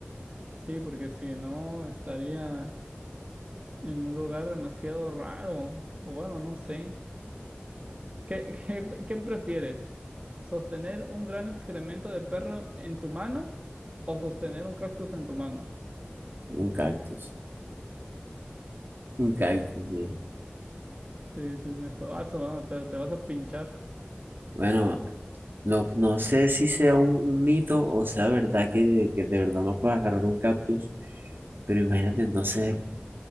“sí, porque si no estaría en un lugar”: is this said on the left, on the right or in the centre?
Right